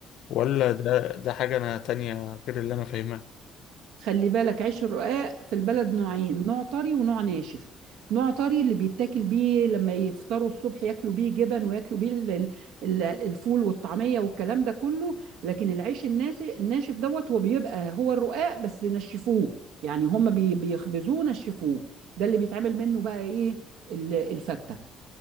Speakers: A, on the left; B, on the right.
A: ولا ده ده حاجة انا تانية غير اللي انا فاهمها
B: خلي بالك عيش الرقاق في البلد نوعين نوع طري ونوع ناشف نوع طري اللي بيتاكل بيه لما يفطروا الصبح ياكلوا بيه جبن وياكلوا بيه ال- ال- ال- الفول والطعمية والكلام ده كله لكن العيش الناس- الناشف دوت هو بيبقى هو الرقاق بس نشفوه يعني هم بي- بيخبزوه نشفوه ده اللي بيتعمل منه بقى ايه ال- الفتة